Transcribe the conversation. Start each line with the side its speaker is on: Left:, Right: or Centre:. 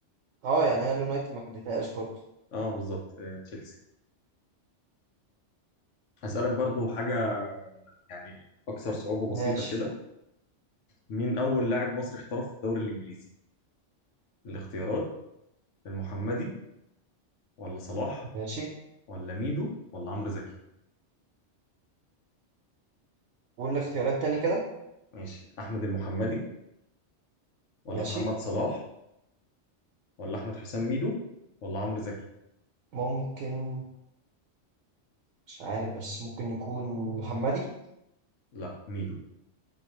Right: اه يعني هي اليونايتد ما كدتهاش برضه
Left: اه بالظبط آه، تشيلسي هسالك برضو حاجه يعني اكثر صعوبه
Right: ماشي
Left: بسيطه كده مين اول لاعب مصري احترف في الدوري الانجليزي الاختيارات المحمدي ولا صلاح
Right: ماشي
Left: ولا ميدو ولا عمرو زكي
Right: قول لي اختيارات تاني كده
Left: ماشي احمد المحمدي ولا
Right: ماشي
Left: محمد صلاح ولا احمد حسام ميدو ولا عمرو زكي
Right: ممكن مش عارف بس ممكن يكون محمدي
Left: لا ميدو